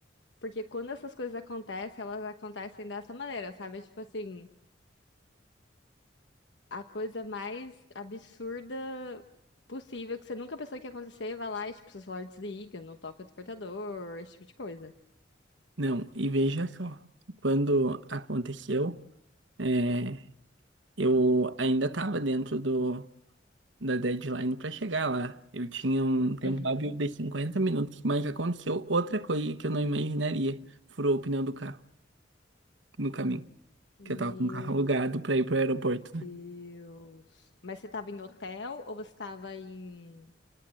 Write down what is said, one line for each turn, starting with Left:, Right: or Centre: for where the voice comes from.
Left: Porque quando essas coisas acontecem, elas acontecem dessa maneira, sabe? É Tipo assim, a coisa mais absurda possível que você nunca pensou que ia acontecer, vai lá e, tipo, seu celular desliga, não toca o despertador, esse tipo de coisa.
Right: Não, e veja só, quando aconteceu, é, eu ainda estava dentro do da deadline para chegar lá. Eu tinha um tempo
Left: Uhum.
Right: hábil de 50 minutos, mas aconteceu outra coisa que eu não imaginaria. Furou o pneu do carro no caminho,
Left: Meu
Right: que eu tava com o carro alugado para ir pro aeroporto, né?
Left: Deus. Mas você tava em hotel ou você tava em